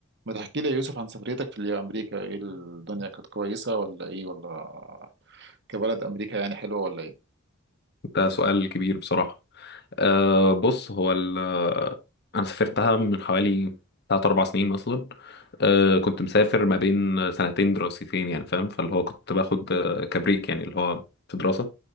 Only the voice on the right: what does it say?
ما تحكي لي يا يوسف عن سفريتك في أمريكا إيه الدنيا كانت كويسة ولا إيه ولا كبلد أمريكا يعني حلوة ولا إيه